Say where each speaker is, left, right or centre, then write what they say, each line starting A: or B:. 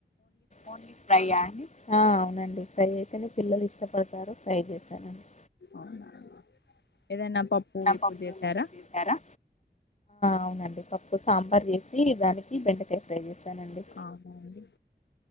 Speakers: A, on the left; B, on the left.
A: ఒన్లీ ఫ్రైఅండి ఆ అవునండి ఫ్రై అయితేనే పిల్లలు ఇష్టపడతారు ఫ్రై చేసానండి
B: అవునా అండి. ఏదైనా గిప్పు
A: పప్పు
B: చేసారా
A: ఆమె అయిన చేశారా అవునండి పప్పు సాంబార్ చేసి దానికి బెండకాయ ఫ్రై చేసానండి
B: అవునా అండి